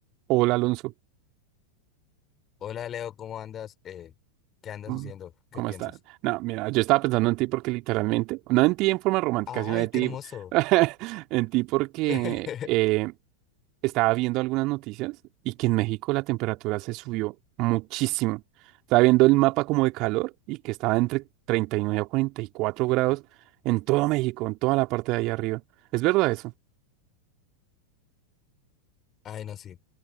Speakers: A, on the right; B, on the left.
A: Hola Alonso,
B: Hola Leo, ¿cómo andas? Eh, ¿qué andas
A: Mm,
B: haciendo?
A: ¿cómo
B: ¿Qué piensas?
A: estás? No, mira, yo estaba pensando en ti porque literalmente, no en ti en forma romántica,
B: ¡Ay,
A: sino de ti,
B: qué hermoso!
A: <laughs> en ti porque
B: <laughs>
A: eh, estaba viendo algunas noticias y que en México la temperatura se subió muchísimo. Estaba viendo el mapa como de calor y que estaba entre 39 a 44 grados en todo México, en toda la parte de ahí arriba. ¿Es verdad eso?
B: Ay, no, sí.